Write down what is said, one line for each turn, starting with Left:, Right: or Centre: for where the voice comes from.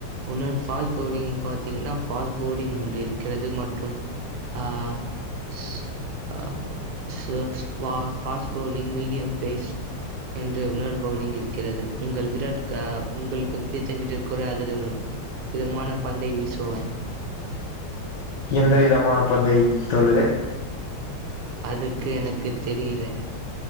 Right: உன்னொரு பாஸ்ட் பவுலிங் பாத்தீங்கன்னா பாஸ்ட் போலிங் ஒன்று இருக்கிறது மற்றும் ஆ ஸ் ஆ சஷ்பா ஃபாஸ்ட் போலிங் மீடியம் பேஸ் என்று உன்னோரு பவுலிங் இருக்கிறது உங்கள் விராட் கா உங்களுக்கு பிடித்த வீரர் கூட அதில் ஒரு விதமான பந்தை வீசுவார்
Left: எந்த விதமான பந்தை தோழரே
Right: அதுக்கு எனக்கு தெரியல